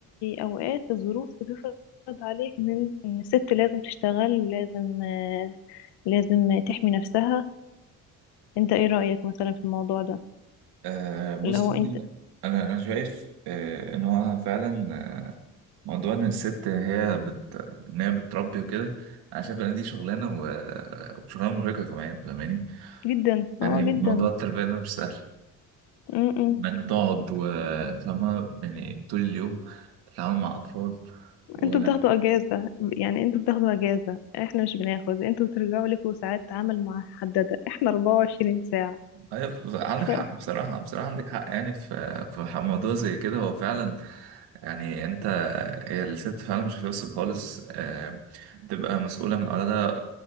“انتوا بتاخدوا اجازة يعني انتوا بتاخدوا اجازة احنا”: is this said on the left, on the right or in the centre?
Left